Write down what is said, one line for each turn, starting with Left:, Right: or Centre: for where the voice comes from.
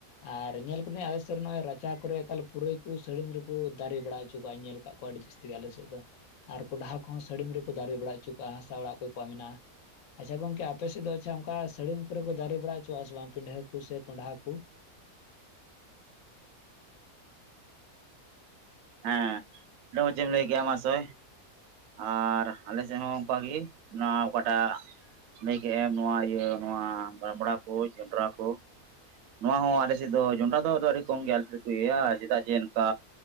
Left: ᱟᱨ ᱧᱮᱞ ᱠᱟᱹᱫᱟᱹᱧ ᱟᱞᱮ ᱥᱮᱫ ᱨᱮ ᱱᱚᱜᱼᱚᱭ ᱨᱟᱪᱟ ᱠᱚᱨᱮ ᱮᱠᱟᱞ ᱯᱩᱨᱟᱹᱭ ᱠᱚ ᱥᱟᱹᱲᱤᱢ ᱨᱮᱠᱚ ᱫᱟᱨᱮ ᱵᱟᱲᱟ ᱦᱚᱪᱚ ᱠᱟᱜᱼᱟᱧ ᱧᱮᱞ ᱠᱟᱜ ᱠᱚᱣᱟ ᱟᱹᱰᱤ ᱡᱟᱹᱥᱛᱤ ᱡᱟ. ᱥᱛᱤ ᱜᱮ ᱟᱞᱮ ᱥᱮᱫ ᱫᱚ ᱟᱨ ᱠᱚᱸᱰᱷᱟ ᱠᱚᱦᱚᱸ ᱥᱟᱹᱲᱤᱢ ᱨᱮᱠᱚ ᱫᱟᱨᱮ ᱵᱟᱲᱟ ᱦᱚᱪᱚ ᱠᱟᱜᱼᱟ ᱦᱟᱥᱟ ᱚᱲᱟᱜ ᱚᱠᱚᱭ ᱠᱚᱣᱟᱜ ᱢᱮᱱᱟᱜᱼᱟ ᱾ ᱟᱪᱷᱟ ᱜᱚᱝᱠᱮ ᱟᱯᱮ ᱥᱮᱫ ᱫᱚ ᱟᱪᱷᱟ ᱚᱱᱠᱟ ᱥᱟᱹᱲᱤᱢ ᱠᱚᱨᱮ ᱠᱚ ᱫᱟᱨᱮ ᱵᱟᱲᱟ ᱦᱚᱪᱚ ᱟᱜ ᱥᱮ ᱵᱟᱝ ᱯᱤᱰᱷᱟᱹ ᱠᱚ ᱥᱮ ᱠᱚᱸᱰᱦᱷᱟ ᱠᱚ
Right: ᱦᱮᱸ ᱟᱹᱰᱤ ᱢᱚᱡᱮᱢ ᱞᱟᱹᱭ ᱠᱮᱫ-ᱟ ᱢᱟ ᱥᱮ ᱟᱨ ᱟᱞᱮ ᱥᱮᱫ ᱦᱚᱸ ᱚᱱᱠᱟᱜᱮ ᱱᱚᱣᱟ ᱚᱠᱟᱴᱟᱜ ᱞᱟᱹᱭ ᱠᱮᱫ ᱮᱢ ᱱᱚᱣᱟ ᱤᱭᱟᱹ ᱱᱚᱣᱟ ᱨᱟᱢᱲᱟ ᱡᱚᱱᱰᱽᱨᱟ ᱠᱚ ᱱᱚᱣᱟ ᱦᱚᱸ ᱟᱞᱮ ᱥᱮᱫ ᱫᱚ ᱡᱚᱸᱰᱽᱨᱟ ᱫᱚ ᱟᱹᱰᱤ ᱠᱚᱢ ᱜᱮ ᱟᱞᱮ ᱥᱮᱫ ᱫᱚ ᱠᱚ ᱤᱭᱟᱹᱭᱟ ᱪᱮᱫᱟᱜ ᱡᱮ ᱱᱚᱱᱠᱟ